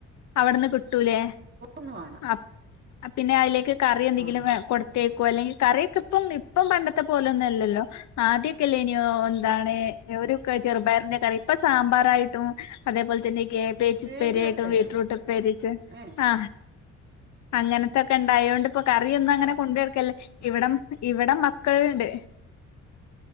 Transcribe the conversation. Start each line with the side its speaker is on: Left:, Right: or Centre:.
Left: അവിടുന്ന് കിട്ടൂല്ലേ
Right: ഒന്നും വേണ്ട
Left: അ പിന്നെ അയിലേക്ക് കറി എന്തെങ്കിലും
Right: ആ
Left: കൊടുത്തയക്കോ അല്ലെങ്കിൽ കറിയൊക്കെ ഇപ്പം ഇപ്പം പണ്ടത്തെ പോലൊന്നുംല്ലല്ലോ ആദ്യൊക്കെല്ലേനിയോ എന്താണ് യൊരു ക ചെറുപയറനെ കറി ഇപ്പൊ സാമ്പാറായി ട്ടും അതേപോൽ തന്നെ കേബേ
Right: എപ്പോഴെങ്കിലൊക്കെ
Left: ജപ്പേരിയായിട്ടും ബീട്രൂട്ട്പ്പേര്യച്ച്
Right: ഏ
Left: ആ അങ്ങന ത്തൊക്കെ ഇണ്ടായോണ്ട് ഇപ്പോ കറ്യൊന്നും അങ്ങനെ കൊണ്ട് <unintelligible> ഇവിടം ഇവിടം മക്കൾ ഇണ്ട്